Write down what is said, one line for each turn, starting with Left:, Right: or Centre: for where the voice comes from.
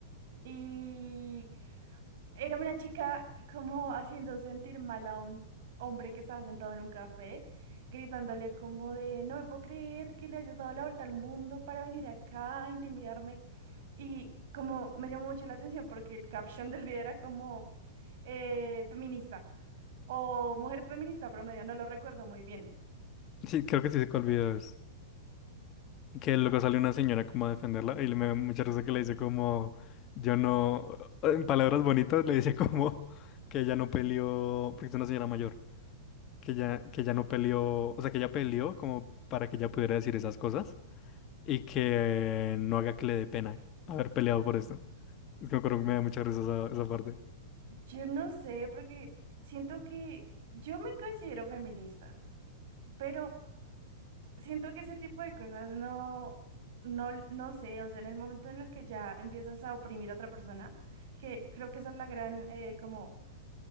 Right: y Era una chica como haciendo sentir mal a un hombre que estaba sentado en un café, gritándole como de, no me puedo creer que le hayas dado la vuelta al mundo para venir acá a intimidarme. Y como me llamó mucho la atención porque el caption del video era como eh, feminista o mujer feminista promedio, no lo recuerdo muy bien.
Left: Sí, creo que sí se cuál video es. Que luego sale una señora como a defenderla y le me da mucha risa que le dice como, yo no, en palabras bonitas le dice <laughs> como que ella no peleó, porque es una señora mayor, que ella, que ella no peleó, o sea, que ella peleó como para que ella pudiera decir esas cosas y que no haga que le dé pena haber peleado por esto. Es que me acuerdo que me da mucha risa esa, esa parte.
Right: Yo no sé, porque siento que yo me considero feminista, pero... Siento que ese tipo de cosas no, no, no sé, o sea, en el momento en el que ya empiezas a oprimir a otra persona, que creo que esa es la gran, eh, como